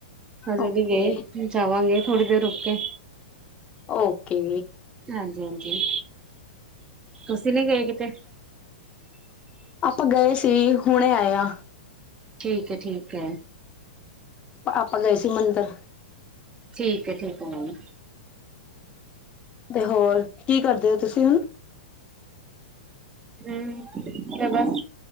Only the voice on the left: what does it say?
ਓਕੇ,
ਓਕੇ
ਆਪਾਂ ਗਏ ਸੀ। ਹੁਣੇ ਆਏਆ
ਆਪਾਂ ਗਏ ਸੀ ਮੰਦਰ।
ਤੇ ਹੋਰ ਕੀ ਕਰਦੇ ਹੋ ਤੁਸੀਂ ਹੁਣ